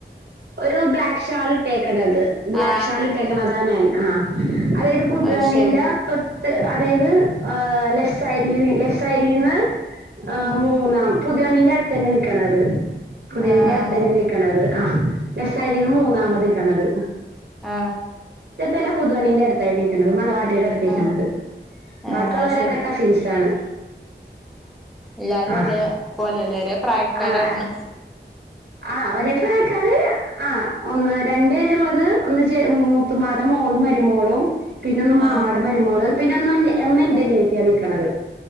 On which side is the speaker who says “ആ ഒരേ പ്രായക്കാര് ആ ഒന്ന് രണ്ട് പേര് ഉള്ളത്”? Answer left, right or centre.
Right